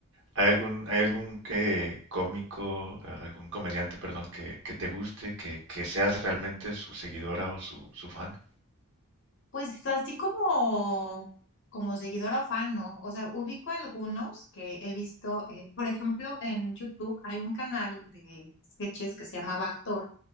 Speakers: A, on the right (about 55°); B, on the left (about 55°).
A: ¿Hay algún, hay algún eh, cómico, eh, algún comediante, perdón, que, que te guste, que, que seas realmente su seguidora o su, su fan?
B: Pues así como, como seguidora o fan, ¿no? O sea, ubico algunos que he visto, eh, por ejemplo, en YouTube hay un canal de sketches que se llama Backdoor,